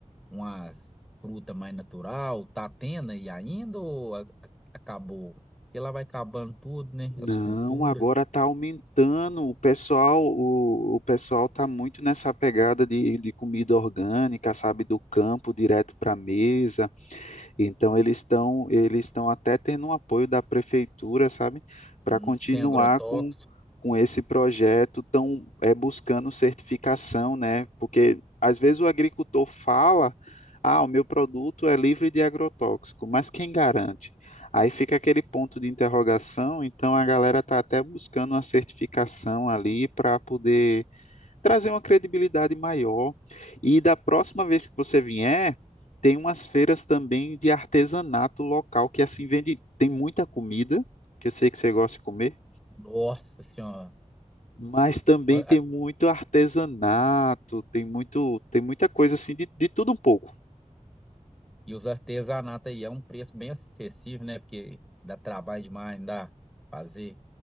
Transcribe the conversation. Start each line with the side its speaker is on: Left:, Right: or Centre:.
Centre: umas fruta mais natural. Tá tendo aí ainda ou a- a- acabou? Porque lá vai acabando tudo, né?
Left: Não,
Centre: As culturas,
Left: agora está aumentando. O pessoal, o, o pessoal está muito nessa pegada de, de comida orgânica, sabe, do campo direto para a mesa. Então eles estão eles estão até tendo um apoio da prefeitura, sabe, para
Centre: hum,
Left: continuar
Centre: sem agrotóxico.
Left: com com esse projeto, tão é, buscando certificação, né? Porque às vezes o agricultor fala, ah, o meu produto é livre de agrotóxico, mas quem garante? Aí fica aquele ponto de interrogação, então a galera está até buscando uma certificação ali para poder trazer uma credibilidade maior. E da próxima vez que você vier, tem umas feiras também de artesanato local que assim vende, tem muita comida, que eu sei que você gosta de comer,
Centre: Nossa Senhora.
Left: mas também
Centre: Quan-
Left: tem muito artesanato, tem muito, tem muita coisa assim de, de tudo um pouco.
Centre: E os artesanatos aí é um preço bem acessível, né? Porque dá trabalho demais, não dá pra fazer.